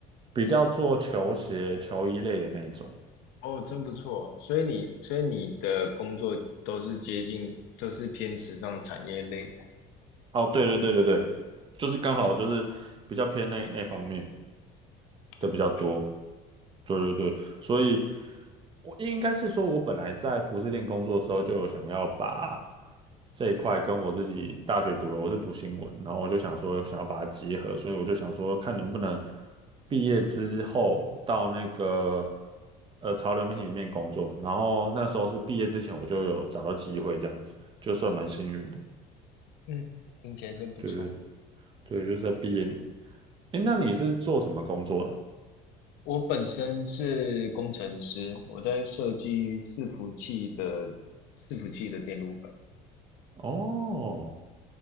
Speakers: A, on the right; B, on the left.
A: 比较做球鞋、球衣类的那种。
B: 哦，真不错。所以你，所以你的工作都是接近，都是偏时尚产业类的。
A: 哦，对对对对对，就是刚好就是比较偏那那方面。
B: 哦，真不错。
A: 的比较多。对对对，所以我应该是说，我本来在服饰店工作的时候，就有想要把这一块跟我自己大学读的，我是读新闻，然后我就想说，想要把它结合，所以我就想说，看能不能毕业之后到那个呃潮流媒体里面工作。然后那时候是毕业之前，我就有找到机会，这样子就算蛮幸运的。
B: 嗯，听起来真不错。
A: 对对对，就是在毕业。诶，那你是做什么工作的？
B: 我本身是工程师，我在设计伺服器的伺服器的电路板，
A: 哦。